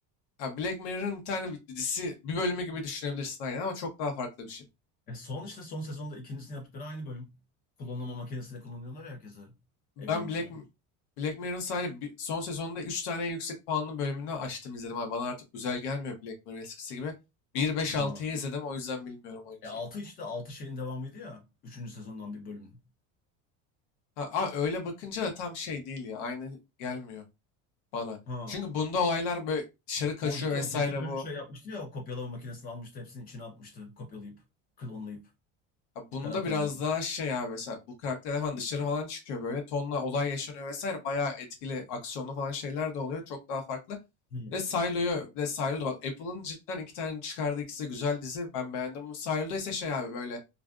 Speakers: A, on the left; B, on the left.
A: ya Black Mirror'ın bir tane dizisi bir bölümü gibi düşünebilirsin aynen ama çok daha farklı bir şey.
B: E son işte son sezonda ikincisini yaptıkları aynı bölüm. Klonlama makinesiyle kullanıyorlar ya herkesi
A: Ben
B: evrenin
A: Black,
B: içine.
A: Black Mirror'ın sadece bir- son sezonunda 3 tane yüksek puanlı bölümünü açtım izledim abi. Bana artık güzel gelmiyor Black Mirror eskisi gibi. Bir beş
B: Ha.
A: altıyı izledim o yüzden bilmiyorum o 2'yi.
B: E altı işte 6 şeyin devamıydı ya. üçüncü sezondan bir bölüm.
A: Ha, a, öyle bakınca da tam şey değil ya aynı gelmiyor bana.
B: Ha.
A: Çünkü bunda olaylar böyle dışarı kaçıyor
B: Oradaki
A: vesaire
B: o zeki çocuk
A: bu.
B: şey yapmıştı ya o kopyalama makinesini almıştı hepsini içine atmıştı kopyalayıp klonlayıp
A: Abi Bunda
B: karakterleri.
A: biraz daha şey abi mesela bu karakterler falan dışarı falan çıkıyor böyle tonla olay yaşanıyor vesaire bayağı etkili aksiyonlu falan şeyler de oluyor çok daha farklı.
B: Hmm.
A: Ve Silo'yu ve Silo'da bak Apple'ın cidden iki tane çıkardığı ikisi de güzel dizi ben beğendim. Bu Silo'da ise şey abi böyle